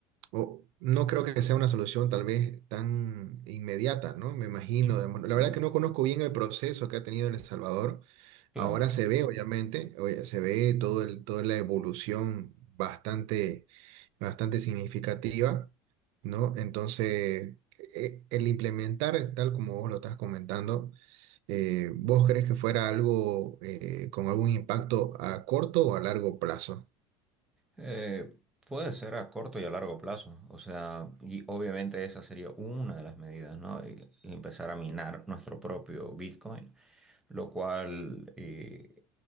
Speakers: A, on the right (about 65°); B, in the centre.
A: O, no creo que sea una solución tal vez tan inmediata, ¿no? Me imagino. digamos, La verdad
B: Mm,
A: que no conozco bien el proceso que ha tenido en El Salvador.
B: Claro.
A: Ahora se ve, obviamente, oye, se ve todo el, toda la evolución bastante, bastante significativa, ¿no? Entonces, e- el implementar, tal como vos lo estás comentando, eh, ¿vos crees que fuera algo eh, con algún impacto a corto o a largo plazo?
B: Eh, puede ser a corto y a largo plazo, o sea, y obviamente esa sería una de las medidas, ¿no? Y- y empezar a minar nuestro propio Bitcoin, lo cual eh,